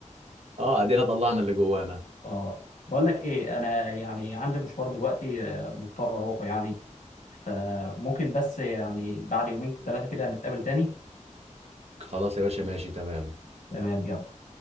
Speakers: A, on the right; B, on the left.
A: اه ادينا طلعنا اللي جوانا
B: اه بقول لك إيه أنا يعني عندي مشوار دلوقتي آه، مضطر أروحه يعني فممكن بس يعني بعد يومين ثلاثة كده نتقابل تاني
A: خلاص يا باشا ماشي تمام
B: تمام يلا